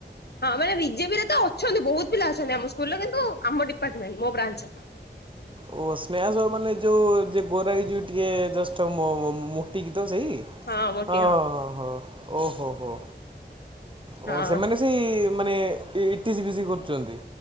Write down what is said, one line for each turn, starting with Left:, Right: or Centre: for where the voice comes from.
Left: ହଁ ମାନେ ବିଜେପିରେ ତ ଅଛନ୍ତି ବହୁତ୍ ପିଲା ଅଛନ୍ତି ଆମ ସ୍କୁଲର କିନ୍ତୁ ଆମ ଡିପାର୍ଟମେଣ୍ଟ ମୋ ବ୍ରାଞ୍ଚର।
Right: ଓ ସ୍ନେହା ସାହୁ ମାନେ ଯଉ ଯେ ଗୋରା ହେଇକି ଟିକେ ଜଷ୍ଟ ମୋ ମୋଟି ହେଇକି ତ ସେଇ
Left: ହଁ ମୋଟି
Right: ହଁ- ହଁ- ହଁ -ହଁ ଓହୋ- ହୋ। ଓ
Left: ହଁ
Right: ସେମାନେ ସେଇ ମାନେ ଇଟିସି ବିସି କରୁଚନ୍ତି।